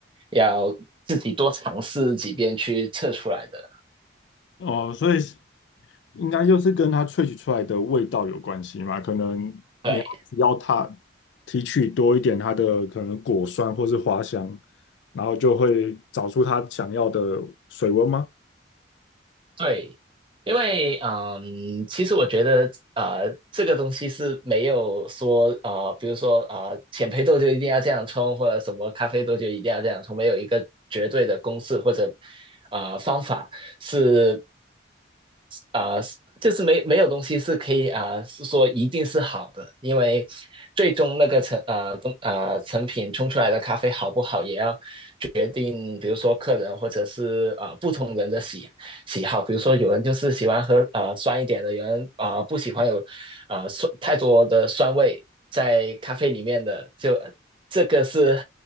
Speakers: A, on the right; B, on the left.
A: 要自己多尝试几遍去测出来的。
B: 哦，所以应该就是跟它萃取出来的味道有关系嘛。可能你要只要它
A: 对，
B: 提取多一点它的可能果酸或是花香，然后就会找出它想要的水温吗？
A: 对，因为嗯，其实我觉得呃，这个东西是没有说啊、呃比如说啊、呃浅焙豆就一定要这样冲，或者什么咖啡豆就一定要这样冲，没有一个绝对的公式或者呃方法是啊、呃就是没没有东西是可以啊、呃是说一定是好的，因为最终那个成呃东呃成品冲出来的咖啡好不好，也要定，比如说客人或者是呃不同人的喜喜好，比如说有人就是喜欢喝呃酸一点的，有人啊、呃不喜欢有啊酸太多的酸味在咖啡里面的，就这个是